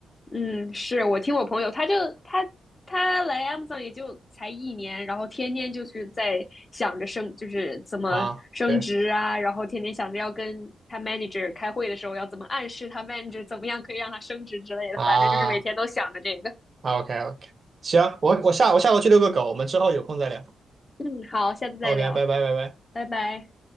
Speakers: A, on the left; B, on the right.
A: 嗯，是我听我朋友，他就他他来 Amazon 也就才一年，然后天天就是在想着升，就是怎么升职啊，
B: 啊，对
A: 然后天天想着要跟他 manager 开会的时候要怎么暗示他 manager 怎么样可以让他升职之类的，
B: 啊
A: 反正就是每天都想着这个。
B: 啊，OK OK，行，我我下我下楼去遛个狗，我们之后有空再聊。
A: 嗯，好，下次再聊，
B: OK，拜拜拜拜。
A: 拜拜。